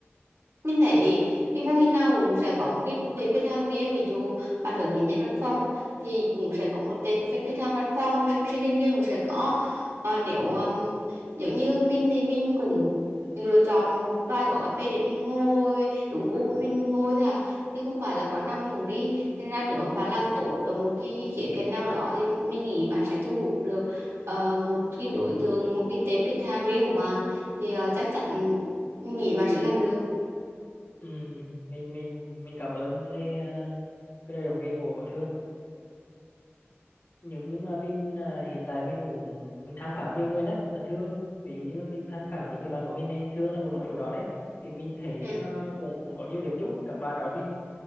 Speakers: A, on the right; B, on the left.
A: mình thấy cái mô hình nào cũng sẽ có một cái tệp khách hàng riêng ví dụ bạn hướng đến dân văn phòng thì cũng sẽ có một tệp khách khách hàng văn phòng hoặc sinh sinh viên viên cũng sẽ có ờ, nếu um, giống như mình thì mình cũng lựa chọn một vài quán cà phê để mình ngồi đúng gu của mình mình ngồi thôi à. chứ không phải là quán nào mình cũng đi Thế ra nếu mà bạn làm tốt ở một cái khía cạnh nào đó thì mình nghĩ bạn sẽ thu hút được ờ, một cái đối tượng, một cái tệp khách hàng riêng của bạn thì ờ, chắc chắn mình nghĩ bạn sẽ làm được.
B: Ừ, mình mình mình cảm ơn cái à, cái lời động viên của của Thương nhưng nhưng mà mình à, hiện tại mình cũng mình tham khảo nhiều người lắm là Thương ví dụ như mình tham khảo những người bạn của mình đây Thương là một trong số đó đấy thì mình thấy
A: Ừ.
B: nó cũng cũng có nhiều điểm chung các bạn đó mình